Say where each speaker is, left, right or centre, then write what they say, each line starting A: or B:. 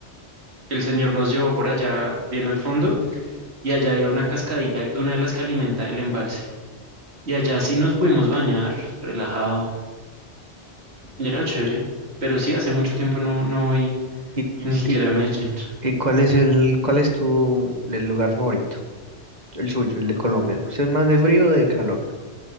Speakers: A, on the right; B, on the right.
A: el señor nos llevó por allá bien al fondo y allá había una cascadita, una de las que alimenta el embalse. Y allá sí nos pudimos bañar, relajado. Y era chévere, pero sí, hace mucho tiempo no, no voy
B: ¿Y,
A: ni siquiera
B: y,
A: a Medellín.
B: y cuál es el, cuál es tu el lugar favorito? El suyo, el de Colombia. ¿Usted es más de frío o de calor?